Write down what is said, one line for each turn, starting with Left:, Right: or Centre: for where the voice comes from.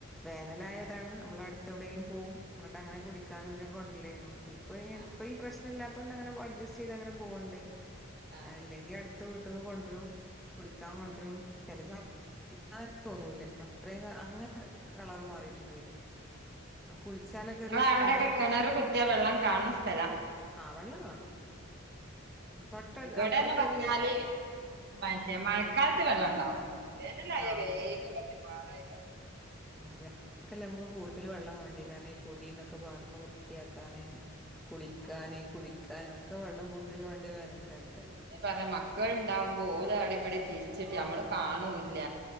Centre: വേനലായതാണ് നമ്മൾ അടുത്തെ എവിയേങ്കിലും പോവും ങ്ങോട്ട് അങ്ങനെ കുടിക്കാനും ഇതിനെ കൊണ്ടല്ലായരുന്നു ഇപ്പൊ
Right: ആഹ്
Centre: ഇപ്പൊ ഈ പ്രശ്ന
Right: ആഹ്
Centre: ഇല്ലാത്തൊണ്ട് അങ്ങനെ അഡ്ജസ്റ്റ് ചെയ്ത് അങ്ങനെ പോകണ്ട്
Right: ആഹ്
Centre: അല്ലെങ്കിൽ അടു- ത്ത് വീട്ടന്ന് കൊണ്ടരും കുടിക്കാൻ കൊണ്ടരും
Right: ആഹ്
Centre: ചേലെ ഇന്നെ തോന്നൂല അത്രയും അങ്ങനെ കളർ മാറിയിട്ടുണ്ട വരും കുളിച്ചാലൊക്കെ
Right: ഞ
Centre: ഒരു
Right: അവിടെൊക്കെ
Centre: എന്താ നമുക്ക്
Right: കിണറ് കുത്തിയാ വെള്ളം കാണ സ്ഥലം
Centre: ആഹ വെള്ളം കാണും തൊട്ടടു
Right: ഇവിടെന്ന്
Centre: അപ്പുറത്തെ
Right: പറഞ്ഞാല്
Centre: ഒരു വീട്ടിൽ
Right: മറ്റേ മഴക്കാലത്ത് വെള്ളം ഉണ്ടാവും വേനല്ല അയാൽ
Centre: ആഹ്
Right: വേഗും പറ്റും പാറയാ ൽ
Centre: ആ വേനൽക്കെല്ല നമുക്ക് കൂടുതൽ വെള്ളം വേണ്ടേ കാരണം ഈ പൊടന്നൊക്കെ ബാറുമ്പോ വൃത്തിയാക്കാന് കുളിക്കാന്
Right: ആഹ്
Centre: കുടിക്കാനും ഒക്കെ വെള്ളം കൂടുതൽ വേണ്ടി വേനൽക്കാലത്തല്ലേ
Right: അ പറഞ്ഞ മക്കൾണ്ടാവുമ്പോ ഓല അടിപടി തിരിച്ചിട്ട് നമ്മള് കാണൂല്ല